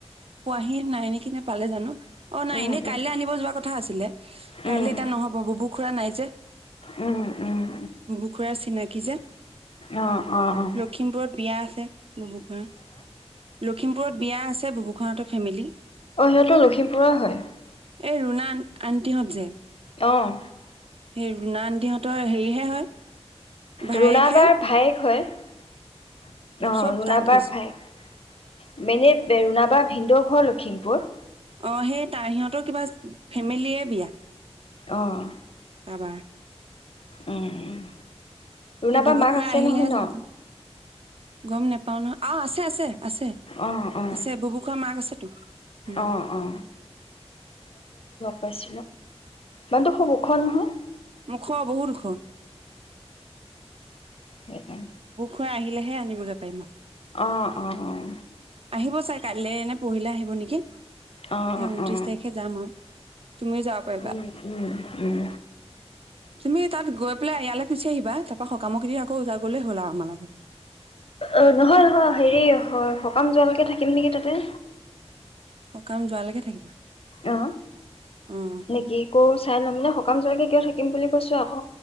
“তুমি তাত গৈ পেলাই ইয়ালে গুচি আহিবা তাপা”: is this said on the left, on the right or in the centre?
Right